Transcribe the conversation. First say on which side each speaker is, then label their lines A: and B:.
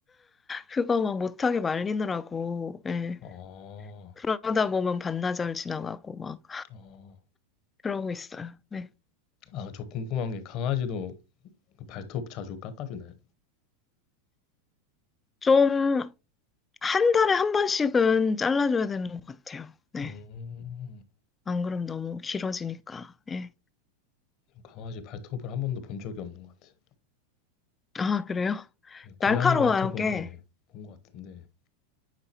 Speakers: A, on the left; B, on the left.
A: 그거 막 못하게 말리느라고 예.
B: 아,
A: 그러다 보면 반나절 지나가고 막
B: 어.
A: 그러고 있어요. 네.
B: 아, 저 궁금한 게 강아지도 그 발톱 자주 깎아주나요?
A: 좀 한 달에 한 번씩은 잘라줘야 되는 것 같아요. 네.
B: 음,
A: 안 그럼 너무 길어지니까. 예.
B: 강아지 발톱을 한 번도 본 적이 없는 것 같아요.
A: 아, 그래요?
B: 네, 고양이
A: 날카로워요,
B: 발톱은
A: 꽤.
B: 네, 본 것 같은데